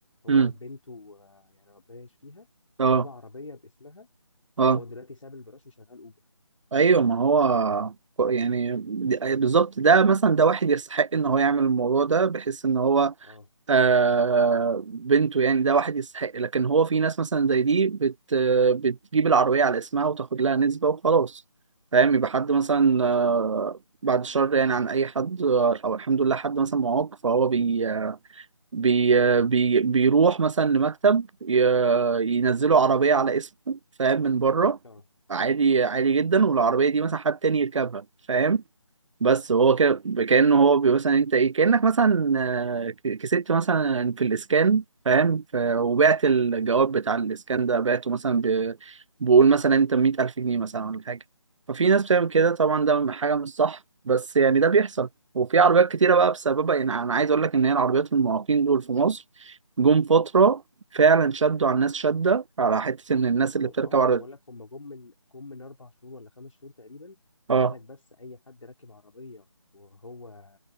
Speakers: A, on the left; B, on the right.
A: هو
B: امم
A: بنته آه، يعني ربنا يشفيها
B: اه
A: جاب عربيه باسمها
B: اه
A: وهو دلوقتي ساب الجراج وشغال اوبر
B: ايوه ما هو كو- يعني د- بالظبط ده مثلا ده واحد يستحق ان هو يعمل الموضوع ده بحيث ان هو
A: اه
B: آه بنته يعني ده واحد يستحق لكن هو في ناس مثلا زي دي بت بتجيب العربية على اسمها وتاخد لها نسبة وخلاص فاهم يبقى حد
A: اه
B: مثلا آه بعد شر يعني عن اي حد او الحمد لله حد مثلا معاق فهو بي بي بي بيروح مثلا لمكتب ي- ينزلوا عربية على اسمه فاهم من بره
A: اه
B: عادي عادي جدا والعربية دي مثلا حد تاني يركبها فاهم بس هو
A: اه
B: كده كأنه هو بي- مثلا انت ايه كأنك مثلا آه، ك- كسبت مثلا في الاسكان فاهم ف- وبعت
A: اه
B: الجواب بتاع الاسكان ده بعته مثلا ب... بقول مثلا انت مية ألف جنيه مثلا ولا حاجة ففي ناس بتعمل كده
A: اه
B: طبعا ده حاجة مش صح بس يعني ده بيحصل وفي عربيات كتيرة بقى بسببها يعني أنا عايز أقول لك إن هي العربيات المعاقين دول في مصر جم فترة فعلا شدوا على الناس شدة على حتة إن الناس
A: هو
B: اللي بتركب
A: اه ما
B: عربيات
A: انا بقول لك هم جم من جم من اربع شهور ولا خمس شهور تقريبا
B: اه
A: قال لك بس اي حد راكب عربيه وهو